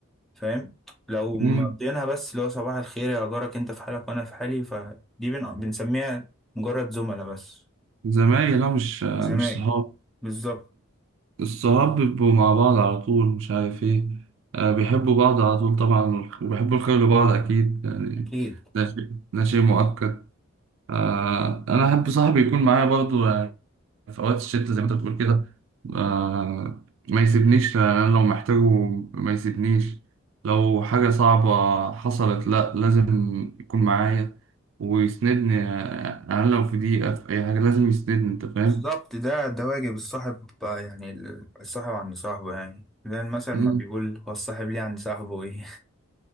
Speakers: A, in the centre; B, on the right.
A: فاهم لو مقضيينها
B: مم.
A: بس اللي هو صباح الخير يا جارك انت في حالك وانا في حالي فدي بن- بنسميها مجرد زملاء بس
B: زمايلي لا مش مش
A: زمايل
B: صحاب
A: بالظبط
B: الصحاب بيبقوا مع بعض على طول مش عارف ايه آه، بيحبوا بعض على طول طبعا وبيحبوا الخير لبعض أكيد يعني
A: أكيد
B: ده شيء ده شيء مؤكد آه، أنا أحب صاحبي يكون معايا برضو في اوقات الشتا زي ما انت بتقول كده آه ما يسيبنيش لأن انا لو محتاجه ما يسيبنيش لو حاجة صعبة حصلت لا لازم يكون معايا ويسندني آه، انا لو في دقيقة في اي حاجة لازم يسندني انت فاهم
A: بالظبط ده ده واجب الصاحب بقى يعني ال- الصاحب عند صاحبه يعني زي المثل
B: مم.
A: ما بيقول هو الصاحب ليه عند صاحبه إيه